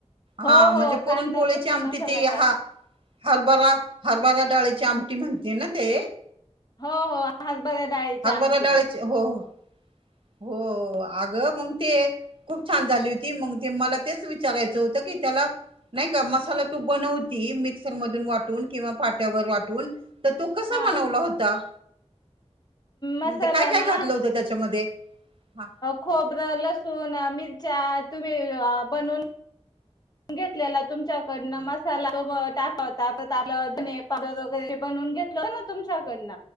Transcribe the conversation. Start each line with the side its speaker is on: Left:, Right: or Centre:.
Left: हो
Right: हा म्हणजे
Left: हो
Right: पुरणपोळीची
Left: कांदा लसूण
Right: आमटी
Left: मसाला
Right: ती हा-
Left: टाक
Right: हारभरा, हारभरा डाळीची आमटी म्हणते ना ते?
Left: हो, हो, हारभऱ्या डाळीची
Right: हरभरा
Left: आमटी.
Right: डाळीची हो, हो, हो आगं मग ते- खूप छान झाली होती, मग ते मला तेच विचारायचं होतं की त्याला- नाही का, मसाला तू बनवती मिक्सर मधून वाटून किंवा पाट्यावर वाटून- तर तो कसा
Left: हा
Right: बनवला होता?
Left: मसाला
Right: म्हणजे काय, काय
Left: ना
Right: घातलं होतं त्याच्यामध्ये? हा.
Left: खोबर, लसूण, मिरच्या तुम्ही बनून- घेतलेला तुमच्याकडनं, मसाला <unintelligible> धने पावडर वगैरे बनवून घेत- <unintelligible> ना तुमच्याकडन